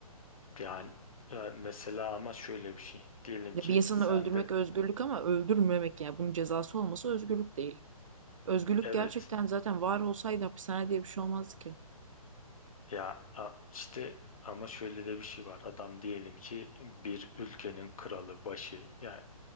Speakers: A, on the left; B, on the right.
A: Yani e, mesela ama şöyle bir şey. Diyelim
B: Ya
A: ki
B: Bir insanı
A: sen
B: öldürmek
A: de
B: özgürlük ama öldürmemek yani bunun cezası olması özgürlük değil. Özgürlük
A: evet
B: gerçekten zaten var olsaydı hapishane diye bir şey olmazdı ki.
A: ya a- işte ama şöyle de bir şey var. Adam diyelim ki bir ülkenin kralı, başı. Yani